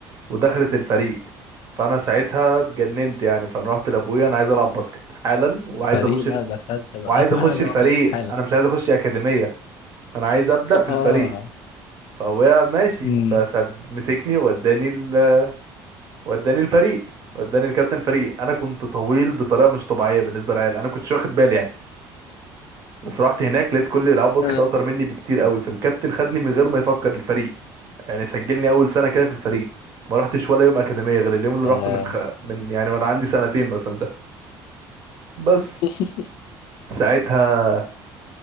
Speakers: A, on the right; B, on the left.
A: ودخلت الفريق فانا ساعتها اتجننت يعني فانا رحت لابويا انا عايز العب باسكت حالا وعايز
B: فدي
A: اخش
B: بقى
A: ال...
B: دخلت بقى
A: وعايز
B: <laughs>
A: اخش
B: انا عايز العب
A: الفريق
B: باسكت حالا
A: انا مش عايز اخش اكاديميه انا عايز ابدا في الفريق
B: اه
A: فابويا ماشي
B: امم
A: فسد مسكني ووداني ال... وداني الفريق وداني الكابتن فريق انا كنت طويل بطريقه مش طبيعيه بالنسبه للعيال انا كنتش واخد بالي يعني بس رحت هناك لقيت كل اللي بيلعبوا باسكت
B: آه.
A: اقصر مني بكتير قوي فالكابتن خدني من غير ما يفكر الفريق يعني سجلني اول سنه كده في الفريق ما رحتش ولا يوم اكاديميه غير اليوم اللي
B: آه.
A: رحته من خ... من يعني وانا عندي سنتين مثلا ده بس
B: آه. <laughs>
A: ساعتها